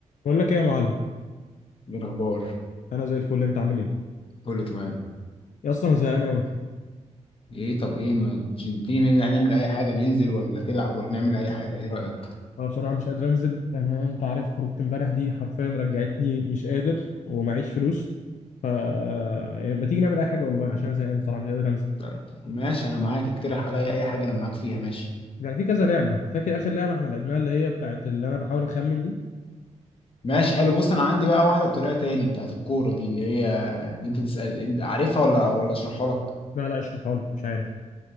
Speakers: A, on the left (about 80°); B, on the left (about 45°).
A: بقول لك ايه يا معلم
B: إيه الأخبار
A: انا زي الفل انت عامل ايه
B: كله تمام
A: يا اصلا انا زهقان قوي
B: ايه طب ايه ما كنتش تيجي ن- نعمل اي حاجة ننزل ولا تلعب ولا نعمل اي حاجة ايه رأيك
A: انا بصراحه مش قادر انزل لان انا انت عارف خروجت امبارح دي حرفيا رجعتني مش قادر ومعيش فلوس ف يعني ما تيجي نعمل اي حاجه اونلاين عشان انا زهقان بصراحه مش قادر انزل
B: طيب، ماشي انا معاك اقترح عليا اي حاجة انا معاك فيها ماشي
A: يعني في كذا لعبه فاكر اخر لعبه احنا لعبناها اللي هي بتاعت اللي انا بحاول اخمن دي
B: ماشي حلو بص انا عندي بقى واحدة بطريقة تاني بتاعت الكورة دي اللي هي انت تسأل انت عارفها ولا ولا اشرحها لك
A: لا لا اشرحها لي مش عارف